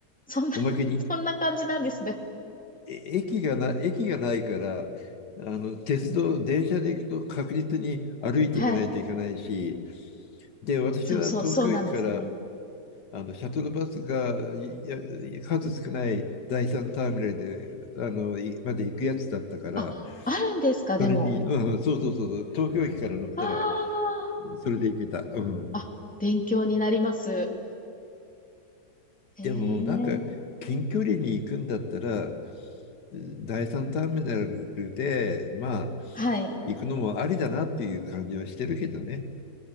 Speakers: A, in the centre; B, on the left.
A: そんな
B: おまけに
A: <laughs> そんな感じなんですね。
B: え駅がな、駅がないから、あの鉄道、電車で行くと確実に歩いていかないといけないし、
A: はい。
B: で、私は東京駅から
A: そうそう、そうなんですよね。
B: あのシャトルバスがいや数少ない第三ターミナルであのいまで行くやつだったから、
A: あ、あるんですか、でも。
B: それに、うんうん、そうそうそうそう、東京駅から乗ったら、
A: あ
B: それで行けた。うん。
A: あ、あ、勉強になります。へえ。
B: でも、なんか、近距離に行くんだったら、第三ターミナルで、まあ、
A: はい。
B: 行くのもありだなっていう感じはしてるけどね。